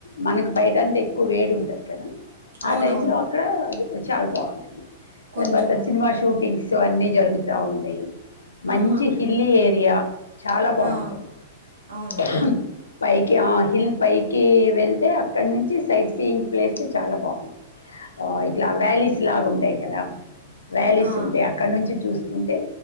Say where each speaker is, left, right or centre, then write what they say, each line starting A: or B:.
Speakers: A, on the left; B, on the right.
A: మనక్ బయటంతా ఎక్కువ వేడి ఉంటది. కదా
B: అవునవును
A: టైంలో అక్కడ ఆ అది చాల్ బాగుంటుంది.
B: కొంచెం
A: తర్వాత సినిమా షూటింగ్స్ సో అన్నీ జరుగుత్ తా ఉంటాయి. మంచి
B: ఆహా!
A: హిల్లీ ఏరియా చాలా బాగుంటది.
B: ఆ! అవునా?
A: ప్చ్ హ్మ్ పైక్ హి ఆ హిల్ పైకి వెళ్తే, అక్కడ నుంచి సైట్ సీయింగ్ ప్లేసెస్ చాలా బాగుంటాయి. ఆ ఇట్లా వ్యాలీస్ లాగా ఉంటాయి. కెళ్దాం. వ్యాలీస్
B: ఆ!
A: ఉంటే, అక్కడ నుంచి చూస్ ఉంటే,